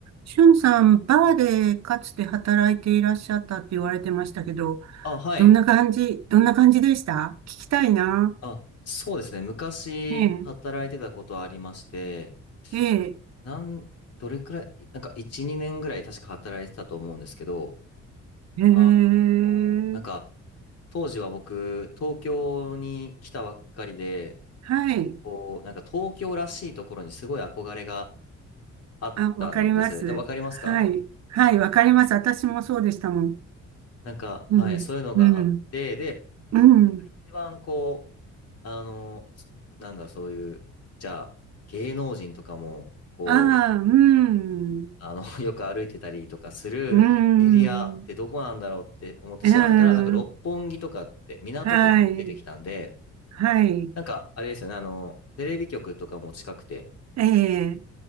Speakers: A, on the right; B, on the left.
A: しゅんさん、バーでかつて働いていらっしゃったって言われてましたけど、
B: あ、はい。
A: どんな感じ、どんな感じでした聞きたいな。
B: あ、そうですね。昔働いてたことはありまして、
A: ええ、ええ、
B: なん、どれくらい、なんか1、2年ぐらい確か働いてたと思うんですけど、
A: ええ、
B: あの、なんか
A: ええ
B: 当時は僕、東京に来たばっかりで、
A: はい。
B: こう、なんか東京らしいところにすごい憧れがあったんです。
A: あ、わかります。
B: で、わかりますか
A: はい。はい、わかります。私もそうでしたもん。
B: なんか、はい、
A: うん、
B: そういうのがあって、
A: うん、
B: で、
A: うん。
B: なんか一番こう、あの、なんだろう、そういう、じゃあ、芸能人とかも、こう、
A: ああ、うん、
B: あの、<laughs> よく歩いてたりとかするエリアってどこなんだろうって思って調べたら、
A: うん、うん。
B: なんか六本木とかって、港区って出てきたんで、
A: はい、はい。
B: なんかあれですよね、あの、テレビ局とかも近くて、
A: ええ、